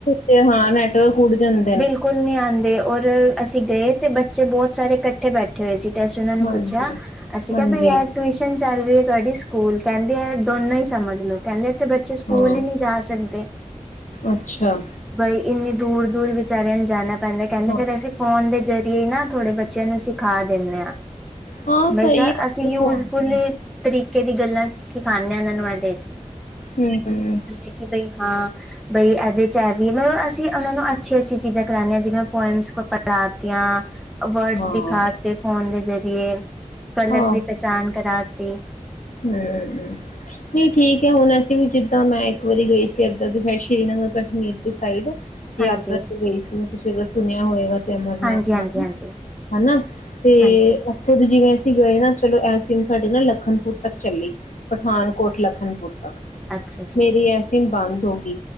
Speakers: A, on the left; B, in the centre.
A: ਤੇ ਹਾਂ ਨੈ ਨੈਟਵਰਕ ਉਠ ਜਾਂਦਾ ਏ।
B: ਬਿਲਕੁਲ ਨਹੀਂ ਆਉਂਦੇ। ਔਰ ਅਸੀਂ ਗਏ ਤੇ ਬੱਚੇ ਬਹੁਤ ਸਾਰੇ ਇਕੱਠੇ ਬੈਠੇ ਹੋਏ ਸੀ। ਤੇ ਅਸੀਂ ਉਹਨਾਂ ਨੂੰ
A: ਹਾਂਜੀ
B: ਪੁੱਛਿਆ। ਅਸੀਂ ਕਿਹਾ
A: ਹਾਂਜੀ
B: ਬਈ ਇਹ ਟਿਊਸ਼ਨ ਚੱਲ ਰਹੀ ਹੈ। ਤੁਹਾਡੀ ਸਕੂਲ ਦੀ। ਕਹਿੰਦੇ ਹੈ ਦੋਨੋ ਹੀ ਸਮਝ ਲੋਓ ਕਹਿੰਦੇ ਬੱਚੇ ਸਕੂਲ
A: ਹਾਂ
B: ਹੀ ਨਹੀਂ ਜਾ ਸਕਦੇ
A: ਅੱਛਾ
B: ਬਈ ਇੰਨੀ ਦੂਰ ਦੂਰ ਵਿਚਾਰਿਆਂ ਨੂੰ ਜਾਣਾ ਪੈਂਦਾ ਕਹਿੰਦੇ
A: ਹਾਂ
B: ਫੇਰ ਅਸੀਂ ਫੋਨ ਦੇ ਜ਼ਰੀਏ ਹੀ ਨਾ ਥੋੜੇ ਬੱਚੇ ਬੱਚਿਆਂ ਨੂੰ ਸਿਖਾ ਦਿੰਦੇ ਹਾਂ
A: ਹਾਂ
B: ਬਈ
A: ਸਹੀ
B: ਸਰ
A: ਹੈ
B: ਅਸੀਂ ਯੂਜਫੁਲੀ ਤਰੀਕੇ ਦੀ ਗੱਲਾਂ ਸਿਖਾਉਂਦੇ ਹਾਂ ਇਹਨਾਂ ਨੂੰ ਇਹਦੇ ਚ।
A: ਹਮ ਹਮ।
B: ਜਿਵੇ ਕਿ ਬਈ ਹਾਂ ਬਈ ਇਹਦੇ ਚ ਇਹ ਵੀ ਮਤਲਬ ਅਸੀਂ ਉਹਨਾਂ ਨੂੰ ਅੱਛੀ ਅੱਛੀ ਚੀਜ਼ਾਂ ਕਰਾਨੇ ਆ ਜਿਵੇਂ ਪੋਇਮਸ ਕੋ ਪੜਾਤੀਆਂ ਵਰਡਸ
A: ਹਾਂ
B: ਦਿਖਾਤੇ। ਫੋਨ ਦੇ ਜ਼ਰੀਏ ਕਲਰਸ
A: ਆਹੋ
B: ਦੀ ਪਹਿਚਾਣ ਕਰਾਤੀ।
A: ਹਮ। ਨਹੀਂ ਠੀਕ ਹੈ ਹੁਣ ਅਸੀਂ ਵੀ ਜਿੱਦਾਂ ਮੈਂ ਇੱਕ ਵਾਰੀ ਗਈ ਸੀ ਇੱਧਰ ਦੇ ਸਾਇਡ ਸ਼੍ਰੀਨਗਰ ਕਸ਼ਮੀਰ ਦੇ ਸਾਈਡ।
B: ਹਾਂਜੀ
A: ਯਾਤਰਾ ਤੇ ਗਈ ਸੀ ਮੈਂ ਤੁਸੀਂ ਅਗਰ ਸੁਣਿਆ ਹੋਏਗਾ। ਤੇ ਅਮਰਨਾਥ
B: ਹਾਂਜੀ ਹਾਂਜੀ
A: ਨਾਮ
B: ਹਾਂਜੀ
A: ਹਨਾ ਤੇ
B: ਹਾਂਜੀ
A: ਇਥੋ ਦੀ ਜਿਵੇਂ ਅਸੀਂ ਗਏ ਨਾ ਚਲੋ ਐ ਸੀਮ ਸਾਡੀ ਨਾ ਲਖਨਪੁਰ ਤੱਕ ਚੱਲੀ। ਪਠਾਨਕੋਟ ਲਖਨਪੁਰ ਤੱਕ
B: ਅੱਛਾ ਜੀ
A: ਮੇਰੀ ਐ ਸੀਮ ਬੰਦ ਹੋ ਗਈ।